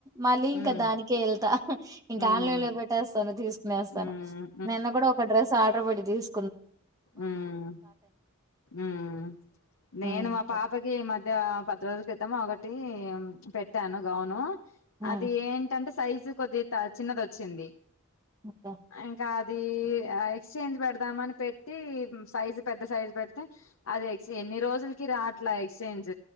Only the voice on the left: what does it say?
ఉమ్
ఉమ్
ఉమ్
ఊమ్ ఊమ్ నేను
మా పాపకి మధ్య ప రోజుల క్రితం ఒకటి పెట్టాను గౌను
అది ఏంటంటె సైజు కొద్ది త చిన్నది వచ్చింది
ఆ ఇంకా అది ఎక్స్చేంజ్ పెడదామని పె పెట్టి సైజు పెద్ద సైజు పెడితే అది ఎక్స్ ఎన్ని రోజులకి రాట్లా ఎక్స్చేంజ్